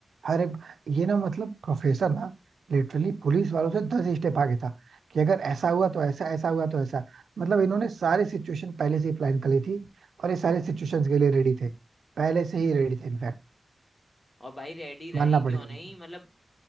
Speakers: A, on the right (about 80°); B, on the left (about 30°).
A: हर एक ये ना मतलब प्रोफेसर ना लिटरली पुलिस वालों से दस स्टेप आगे था कि अगर ऐसा हुआ तो ऐसा ऐसा हुआ तो ऐसा मतलब इन्होंने सारी सिचुएशन पहले से ही प्लान कर ली थी और ये सारे सिचुएशंस के लिए रेडी थे पहले से ही रेडी थे इनफैक्ट
B: और भाई रेडी रहे
A: मानना
B: क्यों
A: पड़ेगा
B: नहीं
A: उनको।
B: मतलब